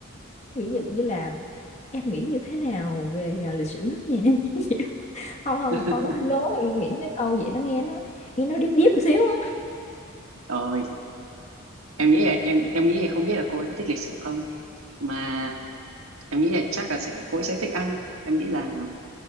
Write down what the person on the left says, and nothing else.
ví dụ như là em nghĩ như thế nào về à, lịch sử nước nhà <laughs> không không
câu đó hơi lố em nghĩ cái câu vậy nó nghe nó nghe nó điếp điếp một xíu á